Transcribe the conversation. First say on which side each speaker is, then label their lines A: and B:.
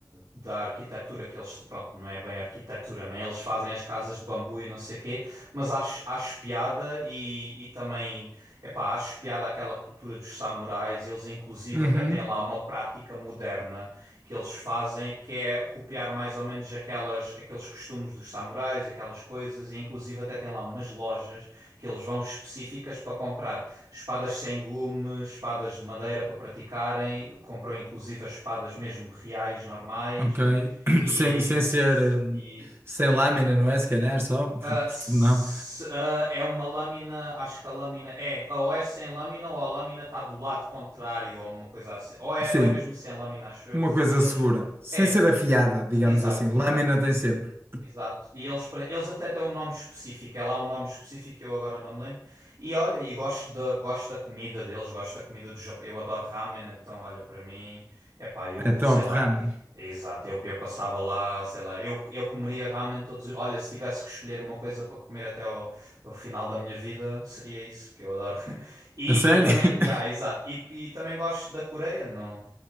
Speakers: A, on the right; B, on the right.
A: da arquitetura que eles. Pronto, não é bem arquitetura, né? Eles fazem as casas de bambu e não sei quê, mas acho, acho piada e, e também, epá, acho piada aquela cultura dos samurais. Eles, inclusive,
B: Uhum.
A: até têm lá uma prática moderna que eles fazem, que é copiar mais ou menos aquelas, aqueles costumes dos samurais e aquelas coisas, e inclusive até tem lá umas lojas que eles vão específicas para comprar espadas sem gume, espadas de madeira para praticarem, compram inclusive as espadas mesmo reais, normais,
B: Ok. <clears throat>
A: e,
B: Sem, sem ser, hum,
A: e
B: sem lâmina,
A: sim.
B: não é? Se calhar só, <laughs>
A: Ah,
B: porque
A: se-
B: não.
A: ah, é uma lâmina, acho que a lâmina é, ou é sem lâmina ou a lâmina está do lado contrário ou uma coisa assim, ou é,
B: Sim,
A: ou é mesmo sem lâmina, acho eu,
B: uma coisa
A: e eles,
B: segura. Sem
A: é.
B: ser afiada, digamos
A: Exato,
B: assim. Lâmina
A: exato,
B: tem sempre.
A: exato. E eles, para- eles até têm um nome específico. É lá um nome específico, que eu agora não me lembro. E olha, e gosto da, gosto da comida deles, gosto da comida do Japão. Eu adoro ramen, então olha, para mim, é pá, eu
B: É
A: sei
B: top,
A: lá.
B: ramen.
A: Exato, eu, eu passava lá, sei lá, eu, eu comeria ramen todos. os- Olha, se tivesse que escolher uma coisa para comer até ao, ao final da minha vida, seria isso, porque eu adoro. <laughs> E,
B: A sério?
A: e também, yeah,
B: <laughs>
A: exato. E, e também gosto da Coreia, não,